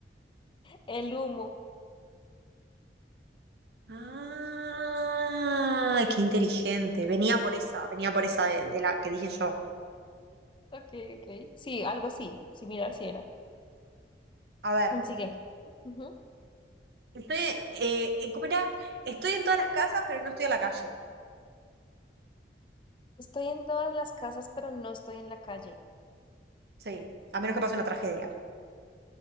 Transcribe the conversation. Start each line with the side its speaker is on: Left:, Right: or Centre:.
Left: el humo.
Right: Ah, qué inteligente. Venía por esa, venía por esa de de la que dije yo.
Left: Ok, ok. Sí, algo así. Similar si era.
Right: A ver.
Left: Sigue. Ujú.
Right: Estoy, eh, eh, ¿cómo era? Estoy en todas las casas, pero no estoy a la calle.
Left: Estoy en todas las casas, pero no estoy en la calle.
Right: Sí, a menos que pase una tragedia.